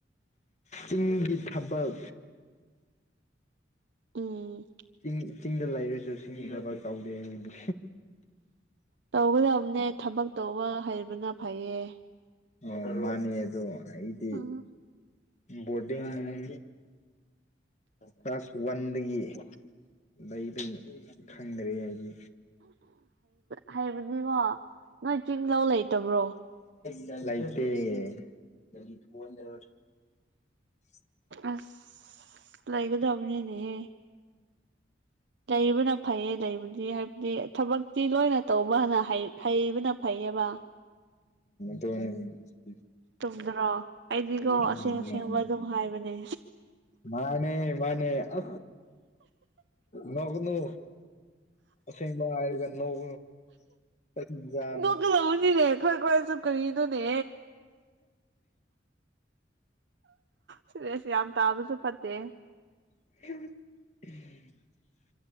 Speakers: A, on the left; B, on the right.
A: ꯆꯤꯡꯒꯤ ꯊꯕꯜ
B: ꯎꯝ
A: ꯆꯤꯡ ꯆꯤꯡꯗ ꯂꯩꯔꯁꯨ ꯆꯤꯡ ꯊꯕꯛ ꯇꯧꯗꯦ ꯑꯩꯈꯣꯏꯗꯤ
B: ꯇꯧꯒꯗꯕꯅꯦ ꯊꯕꯛ ꯇꯧꯕ ꯍꯩꯕꯅ ꯐꯩꯌꯦ
A: ꯑꯣ ꯃꯥꯅꯤ ꯑꯗꯣ ꯑꯩꯗꯤ
B: ꯎꯝ
A: ꯕꯣꯔꯗꯤꯡ ꯀ꯭ꯂꯥꯁ ꯋꯥꯟꯗꯒꯤ ꯂꯩꯕꯅꯤ ꯈꯪꯗ꯭ꯔꯦ ꯑꯩꯗꯤ
B: ꯍꯩꯕꯅꯤꯀꯣ ꯅꯣꯏ ꯆꯤꯡ ꯂꯧꯧ ꯂꯩꯇꯕ꯭ꯔꯣ
A: ꯂꯦ
B: ꯑꯁ ꯂꯩꯥꯏꯒꯗꯕꯅꯦꯅꯦꯍ ꯂꯩꯕꯅ ꯐꯩꯌꯦ ꯂꯩꯕꯗꯤ ꯍꯥꯏꯕꯗꯤ ꯊꯕꯛ ꯛꯇꯤ ꯂꯣꯏꯅ ꯇꯧꯕꯅ ꯍꯩꯕꯅ ꯐꯩꯌꯦꯕ
A: ꯍ
B: ꯇꯨꯝꯗ꯭ꯔꯣ ꯑꯩꯗꯤꯀꯣ
A: ꯎꯝ
B: ꯑꯁꯦꯡ ꯑꯁꯦꯡꯕ ꯑꯗꯨꯝ ꯍꯥꯏꯕꯅꯦ
A: ꯃꯥꯅꯦ ꯃꯥꯅꯦ ꯑ ꯅꯅꯨ ꯑꯁꯦꯡꯕ ꯍꯥꯏꯒ ꯅꯧ ꯀꯖꯅꯤ
B: ꯅꯣꯛꯀꯗꯕꯅꯤꯅꯦ
A: <inaudible>
B: ꯑꯩꯈꯣꯏ ꯈꯣꯏꯁꯨ ꯀꯔꯤꯅꯣꯅꯦ ꯁꯤꯗꯦꯁ ꯌꯥꯝ ꯇꯥꯕꯁꯨ ꯐꯠꯇꯦ
A: <inaudible>